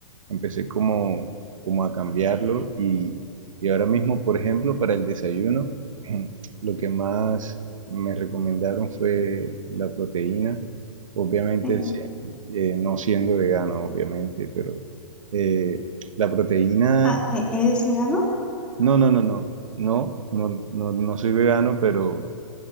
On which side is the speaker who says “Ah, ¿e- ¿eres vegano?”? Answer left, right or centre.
Centre